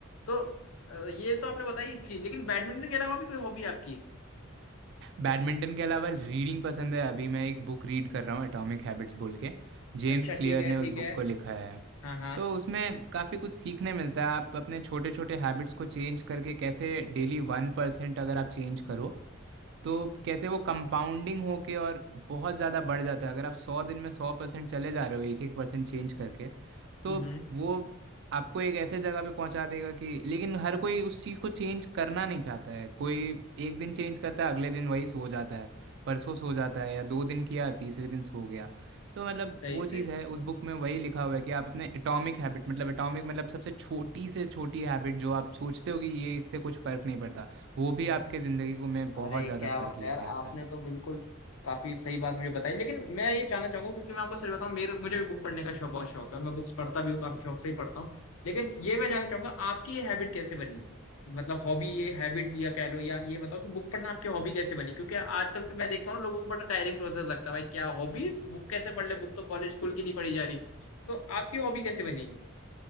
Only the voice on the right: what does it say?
बैडमिंटन के अलावा रीडिंग पसंद है अभी मैं एक बुक रीड कर रहा हूँ एटॉमिक हैबिट्स बोल के जेम्स
क्लियर
ने उस
बुक को लिखा है
तो उसमें काफ़ी कुछ सीखने मिलता है आप अपने छोटे छोटे हैबिट्स को चेंज करके कैसे डेली वन परसेंट अगर आप चेंज करो तो कैसे वो कंपाउंडिंग होके और बहुत ज़्यादा बढ़ जाता है अगर आप सौ दिन में सौ परसेंट चले जा रहे हो एक एक परसेंट चेंज करके तो
वो आपको एक ऐसे जगह पे पहुंचा देगा कि लेकिन हर कोई उस चीज़ को चेंज करना नहीं चाहता है कोई एक दिन चेंज करता है अगले दिन वही सो जाता है परसों सो जाता है या दो दिन किया तीसरे दिन सो गया तो मतलब
वो
चीज़ है उस बुक में वही लिखा हुआ है कि आप अपने एटॉमिक हैबिट मतलब एटॉमिक मतलब सबसे छोटी से छोटी हैबिट जो आप सोचते हो कि ये इससे कुछ फ़र्क नहीं पड़ता वो भी आपके ज़िंदगी को में बहुत
ज़्यादा
फ़र्क
लेके
आता
है